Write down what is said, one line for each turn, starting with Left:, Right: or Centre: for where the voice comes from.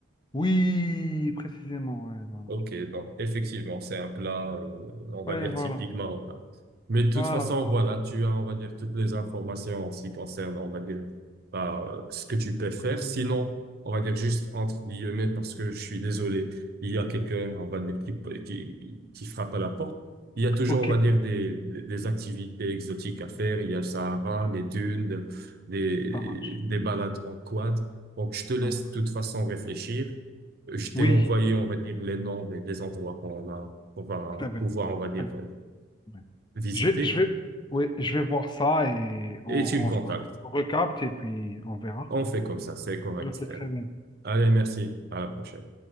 Left: Oui, précisément. Ouais, voilà.
Right: Ok, bon, effectivement, c'est un plat, euh, on va
Left: Ouais,
Right: dire,
Left: ouais, voilà.
Right: typique marocain. Mais de toute
Left: Voilà,
Right: façon,
Left: voilà.
Right: voilà, tu as, on va dire, toutes les informations en ce qui concerne, on va dire, bah, euh, ce que tu peux faire.
Left: Très bien.
Right: Sinon, on va dire juste entre guillemets, parce que je suis désolé, il y a quelqu'un, on va dire, qui, qui, qui frappe à la porte. Il y a toujours,
Left: Ok,
Right: on va dire, des, des des activités exotiques à faire. Il y a le Sahara,
Left: ok.
Right: les dunes, des,
Left: Ça marche.
Right: des balades en quad. Donc, je te laisse
Left: Ça marche.
Right: de toute façon réfléchir. Je t'ai
Left: Oui,
Right: envoyé, on va dire, les noms des, des endroits qu'on a, qu'on va
Left: très bien.
Right: pouvoir, on va dire,
Left: Très bien,
Right: euh,
Left: très bien.
Right: visiter.
Left: Je, je vais, oui, je vais voir ça et on,
Right: Et tu me
Left: on
Right: contactes.
Left: se recapte et puis on verra.
Right: On fait comme ça, c'est correct,
Left: Ok,
Right: frérot.
Left: très bien.
Right: Allez, merci. À la prochaine.